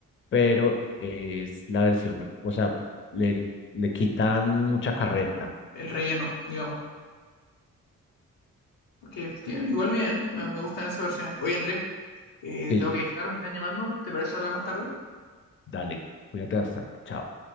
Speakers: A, on the left; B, on the left.
A: pero es la versión, o sea, le, le quitan mucha carreta.
B: el relleno, digamos. Que, que igual bien, me, me gustan esas versiones. Oye, Andrés, eh,
A: Sí,
B: tengo que dejar, me están llamando. ¿Te parece hablar más tarde?
A: Dale, cuídate bastante. Chao.